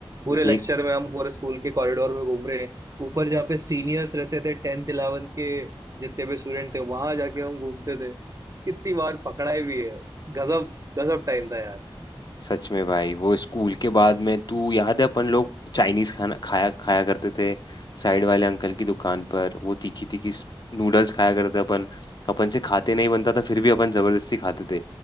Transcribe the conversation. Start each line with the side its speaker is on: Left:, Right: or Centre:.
Right: पूरे
Left: देख
Right: लेक्चर में हम पूरे स्कूल के कॉरिडोर में घूम रहे हैं ऊपर जहाँ पे सीनियर्स रहते थे टेंथ इलेवेंथ के जितने भी स्टूडेंट थे वहां जाके हम घूमते थे कितनी बार पकड़ाई भी है गजब गजब टाइम था यार
Left: सच में भाई वो स्कूल के बाद में तू याद है अपन लोग चाइनीज खाना खाया खाया करते थे साइड वाले अंकल की दुकान पर वो तीखी तीखी नूडल्स खाया करते अपन अपन से खाते नहीं बनता था फिर भी अपन जबरदस्ती खाते थे